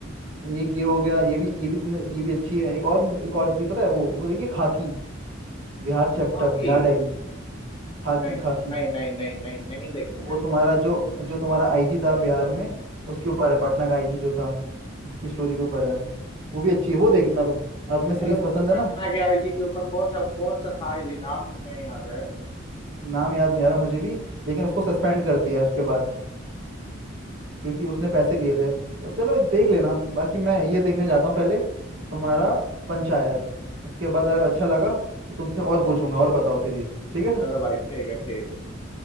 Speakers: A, on the right; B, on the left.
A: ये ये हो गया ये भी ये भी तुम्हें ये भी अच्छी है एक और एक और थी पता है वो वो देखिए खाकी बिहार चैप्टर
B: आपकी
A: बिहार डायरी खाकी
B: नहीं
A: खाकी
B: नहीं नहीं नहीं नहीं नहीं देखी मैंने
A: वो तुम्हारा जो जो तुम्हारा आईजी था बिहार में उसके ऊपर है पटना का आईजी जो था उसकी स्टोरी के ऊपर है वो भी अच्छी है वो देखना तुम और तुम्हें सीरीज
B: अरे वो
A: पसंद
B: पटना
A: है ना
B: के आईजी के ऊपर कौन सा कौन सा था आईजी नाम नहीं याद है
A: नाम याद नहीं आ रहा मुझे भी लेकिन उसको सस्पेंड कर दिया है उसके बाद क्योंकि उसने पैसे लिए थे तो चलो देख लेना बाकी मैं ये देखने जाता हूँ पहले तुम्हारा पंचायत उसके बाद अगर अच्छा लगा तो तुमसे और पूछूंगा और बताओ सीरीज ठीक है
B: चलो भाई ठीक है ठीक है